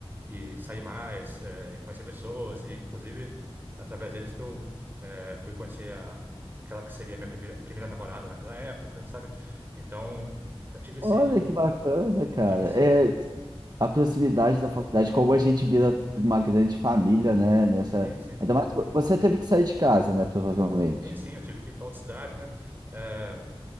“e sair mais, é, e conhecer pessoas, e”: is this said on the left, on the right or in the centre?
Right